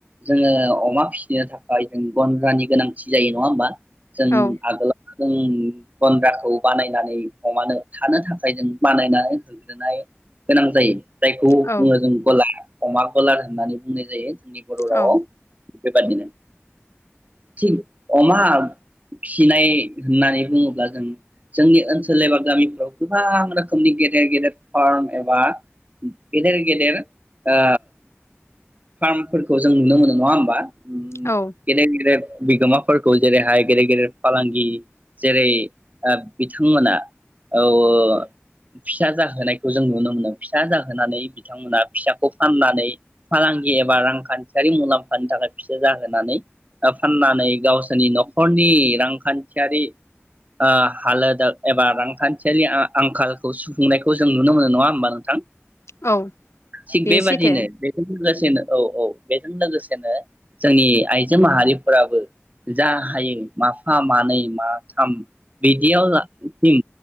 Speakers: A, on the right; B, on the left.
A: जोङो अमा फिसिनो थाखाय जों गन्द्रानि गोनांथि जायो नङा होमबा जों
B: औ
A: आगोला जों गन्द्राखौ बानायनानै अमानो थानो थाखाय जों बानायनानै होग्रोनाय गोनां जायो जायखौ
B: औ
A: बुङो जों गला अमा कलार होननानै बुंनाय जायो बिनि बर रावाव
B: औ
A: बेबादिनो थिग अमा फिनाय होननानै बुङोब्ला जों जोंनि ओनसोल एबा गामिफ्राव गोबां रोखोमनि गेदेर गेदेर फार्म एबा गेदेर गेदेर ओ फार्मफोरखौ जों नुनो मोनो नङा होमबा उम
B: औ
A: गेदेर गेदेर बिगोमाफोरखौ जेरैहाय गेदेर गेदेर फालांगि जेरै ओ बिथांमोना औ फिसा जाहोनायखौ जों नुनो मोनो फिसा जाहोनानै बिथांमोना फिसाखौ फाननानै फालांगि एबा रांखान्थियारि मुलाम्फानि थाखाय फिसो जाहोनानै फाननानै गावसोरनि नखरनि रांखान्थियारि ओ हालोदा एबा रांखान्थियारि आंखालखौ सुफुंनायखौ जों नुनो मोनो नङा होमबा नोंथां
B: औ
A: थिग
B: बेयो
A: बेबादिनो
B: सैथो
A: लोगोसेनो औ औ बेजों लोगोसेनो जोंनि आइजो माहारिफोराबो जा हायो माफा मानै माथाम बिदियावसिम